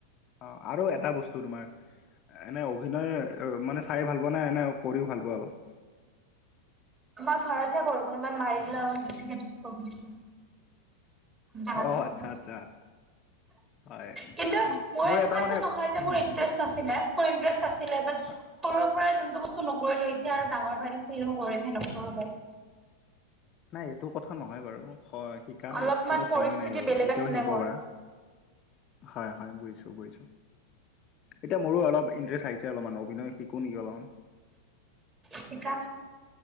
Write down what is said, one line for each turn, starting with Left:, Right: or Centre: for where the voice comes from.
Left: অ আৰু এটা বস্তু তোমাৰ এনে অভিনয় মানে চাই ভাল পোৱা নাই এনেই কৰিও ভাল পোৱা অলপ
Right: মই ঘৰতহে কৰো কোনোবাই মাৰি দিলে অলমান বেছিকে দুখ পোৱা বুলি ক দা
Left: অ
Right: তা
Left: আচ্ছা
Right: এব
Left: আচ্ছা হয়
Right: কিন্তু
Left: উম,
Right: মই
Left: মোৰ
Right: এনেকুৱা
Left: এটা মানে
Right: টে নহয় যে
Left: উম,
Right: মোৰ ইন্টাৰেষ্ট নাছিলে মোৰ ইন্টাৰেষ্ট আছিলে বাট
Left: হয়।
Right: সৰুৰ পৰাই যোনটো বস্তু নকৰিলো এতিয়া আৰু ডাঙৰ হয়নো কি ৰকম কৰিম সেনে কোৱা হব।
Left: নাই এইটো কথা নহয় বাৰু হয় শিকাৰ
Right: অলপমান
Left: কোনো সময়
Right: পৰিছিলে
Left: নাই বাৰু এতিয়াও শিকিব
Right: মোৰ
Left: পাৰা হয় হয় বুজিছোঁ বুজিছোঁ এতিয়া মোৰো অলপ ইণ্টাৰেষ্ট আহিছে অলপমান অভিনয় শিকো নেকি অলপমান
Right: শিকা